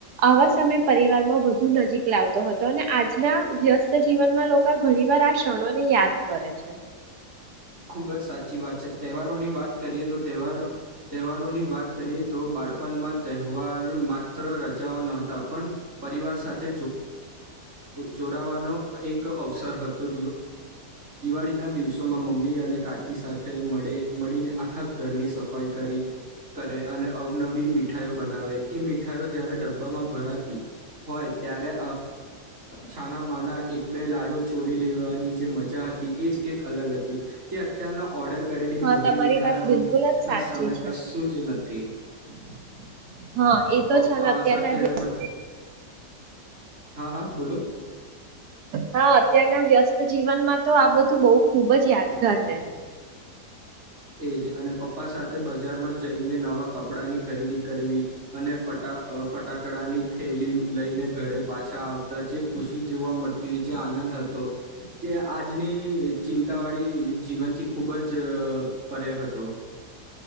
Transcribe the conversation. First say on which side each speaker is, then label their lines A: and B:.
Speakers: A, on the right (about 70°); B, on the right (about 50°).
A: આવા સમયે પરિવારમાં વધુ નજીક લાવતો હતી. અને આજના વ્યસ્ત જીવનમાં લોકો ઘણી વાર આ ક્ષણોને યાદ કરે છે.
B: ખૂબ જ સાચી વાત છે. તહેવારોની વાત કરીએ તો તહેવારોની વાત કરીએ તો બાળપણમાં તહેવાર માત્ર રજાઓ ન હતા, પણ પરિવાર સાથે જોડાવાનો એક અવસર હતો. દિવાળીના દિવસોમાં મમ્મી અને કાકી સાથે મળીને આખા ઘરની સફાઈ કરી કરે અને અવનવી મીઠાઈઓ બનાવે. એ મીઠાઈઓ જ્યારે ડબ્બામાં ભરાતી હોય ત્યારે છાના માના એક બે લાડુ ચોરી લેવાની જે મજા હતી, એ જ કંઈક અલગ હતી. તે અત્યારના ઓર્ડર કરેલી
A: હા
B: મોંઘી
A: તમારી
B: મીઠાઈઓનુ
A: વાત બિલકુલ જ
B: ના
A: સાચી
B: સામે
A: છે
B: કશું જ નથી. થી
A: હા એ તો
B: પપ્પા
A: છે ને અત્યારના
B: સાથે
A: વ્યસ્ત
B: બ હા, હા બોલો.
A: હા, અત્યારના વ્યસ્ત જીવનમાં તો આ બધું બહુ ખુબ જ યાદગાર રહે.
B: એજ અને પપ્પા સાથે બજારમાં જઈને નવા કપડાની ખરીદી કરવી અને ફટા અ ફટાકડાની થેલી લઈને ઘરે પાછા આવતા જે ખુશી જોવા મળતી હતી, જે આનંદ હતો, જે આજની ચિંતાવાળી જીવનથી ખૂબ જ અ પરે હતો.